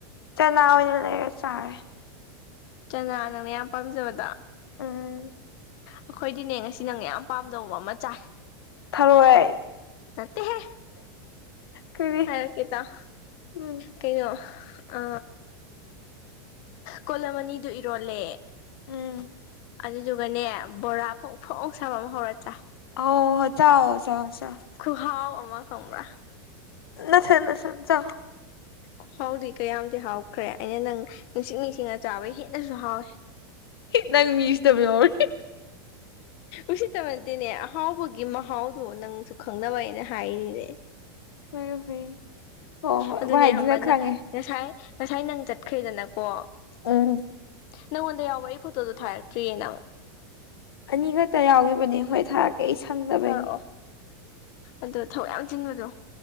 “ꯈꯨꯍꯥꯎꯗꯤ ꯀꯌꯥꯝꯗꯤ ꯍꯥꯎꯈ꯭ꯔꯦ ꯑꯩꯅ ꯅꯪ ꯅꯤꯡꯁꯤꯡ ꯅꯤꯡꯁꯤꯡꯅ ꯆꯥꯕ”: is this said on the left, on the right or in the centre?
Left